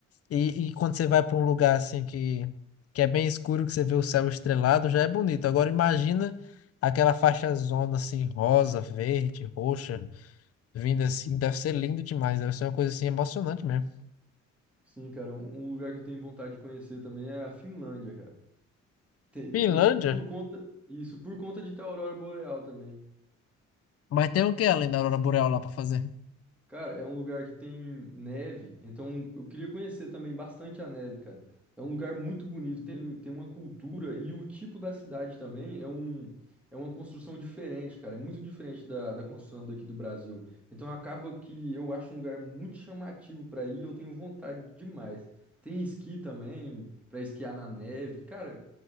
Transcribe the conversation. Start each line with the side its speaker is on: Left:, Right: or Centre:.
Left: E, e quando você vai pra um lugar assim que, que é bem escuro, que você vê o céu estrelado, já é bonito. Agora imagina aquela faixa zona assim, rosa, verde, roxa, vindo assim, deve ser lindo demais, deve ser uma coisa assim emocionante mesmo.
Centre: Sim, cara, um um lugar que eu tenho vontade de conhecer também é a Finlândia, cara. Tem-
Left: Finlândia?
Centre: tá- por conta, isso, por conta de ter a aurora boreal também.
Left: Mas tem o que além da aurora boreal lá pra fazer?
Centre: Cara, é um lugar que tem neve, então eu queria conhecer também bastante a neve, cara. É um lugar muito bonito, tem, tem uma cultura e o tipo da cidade também é um, é uma construção diferente, cara. É muito diferente da, da construção daqui do Brasil. Então acaba que eu acho um lugar muito chamativo pra ir, e eu tenho vontade demais. Tem esqui também, pra esquiar na neve. Cara,